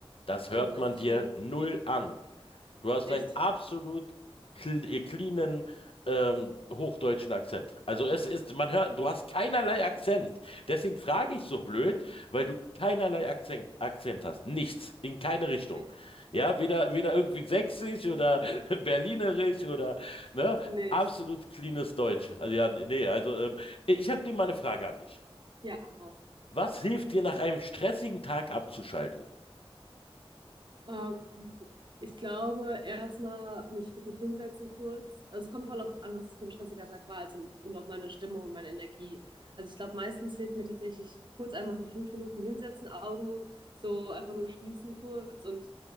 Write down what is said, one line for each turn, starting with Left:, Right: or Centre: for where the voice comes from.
Left: Das hört
Right: Also das
Left: man
Right: ist
Left: dir
Right: schon
Left: null an. Du hast
Right: echt.
Left: einen absolut cl- cleanen ähm, hochdeutschen Akzent. Also es ist, man hört, du hast keinerlei Akzent. Deswegen frage ich so blöd, weil du keinerlei Akzent, Akzent hast. Nichts, in keine Richtung.
Right: <laughs>
Left: Ja, weder, weder irgendwie sächsisch oder <laughs> berlinerisch oder, ne?
Right: Nee,
Left: Absolut
Right: das stimmt.
Left: cleanes Deutsch. Also, ja, nee, also ähm, ich habe dir mal eine Frage an dich.
Right: Ja, heraus.
Left: Was hilft dir nach einem stressigen Tag abzuschalten?
Right: Ähm, Ich glaube, erstmal mich wirklich hinsetzen kurz. Also es kommt voll auf an, was es für ein stressiger Tag war, also und auf meine Stimmung und meine Energie. Also ich glaube, meistens hilft mir tatsächlich kurz einmal für fünf Minuten hinsetzen, Augen so einfach nur schließen kurz und